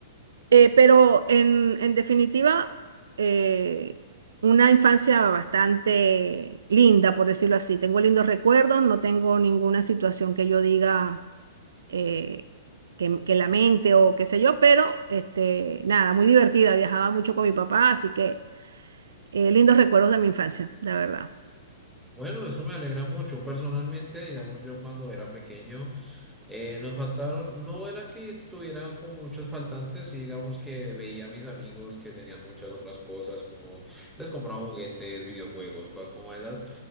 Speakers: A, on the right; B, in the centre.
A: eh, pero en, en definitiva, eh, una infancia bastante linda, por decirlo así. Tengo lindos recuerdos, no tengo ninguna situación que yo diga eh, que, que la mente o qué sé yo, pero este, nada, muy divertida, viajaba mucho con mi papá, así que eh, lindos recuerdos de mi infancia, la verdad.
B: Bueno, eso me alegra mucho. Personalmente, digamos, yo cuando era pequeño, eh, nos faltaron, no era que tuviera como muchos faltantes, sí, digamos que veía a mis amigos que tenían muchas otras cosas, como les compraban juguetes, videojuegos, cosas como esas,